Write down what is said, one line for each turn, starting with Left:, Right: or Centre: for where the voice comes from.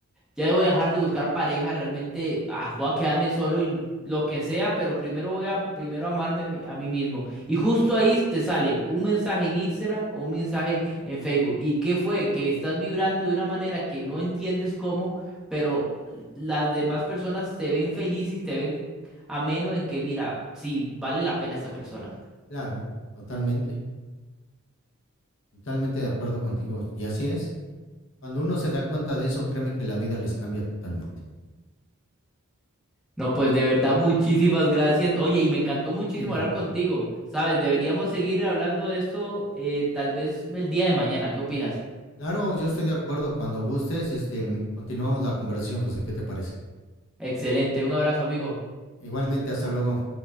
Centre: ya voy a dejar de buscar pareja, realmente ah, voy a quedarme solo y lo que sea, pero primero voy a primero amarme a mí mismo. Y justo ahí te sale un mensaje en Instagram o un mensaje en Facebook. ¿Y qué fue? Que estás vibrando de una manera que no entiendes cómo, pero las demás personas te ven feliz y te ven ameno en que, mira, sí, vale la pena esta persona.
Left: Claro, totalmente. Totalmente de acuerdo contigo. Y así es. Cuando uno se da cuenta de eso, créeme que la vida les cambia totalmente.
Centre: No, pues de verdad, muchísimas gracias. Oye, y me encantó muchísimo
Left: Dime.
Centre: hablar contigo. Sabes, deberíamos seguir hablando de esto eh, tal vez el día de mañana. ¿Qué opinas?
Left: Claro, yo estoy de acuerdo. Cuando gustes, este, continuamos la conversación, José. ¿Qué te parece?
Centre: Excelente, un abrazo, amigo.
Left: Igualmente, hasta luego.